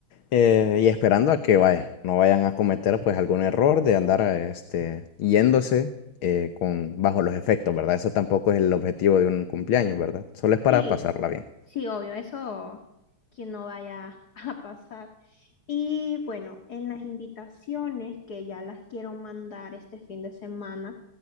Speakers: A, on the left; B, on the left.
A: eh, y esperando a que vaya, no vayan a cometer pues algún error de andar este, yéndose eh, con, bajo los efectos, ¿verdad? Eso tampoco es el objetivo de un cumpleaños, ¿verdad? Solo es para
B: Sí,
A: pasarla bien.
B: sí, obvio, eso que no vaya <laughs> a pasar. Y bueno, en las invitaciones que ya las quiero mandar este fin de semana,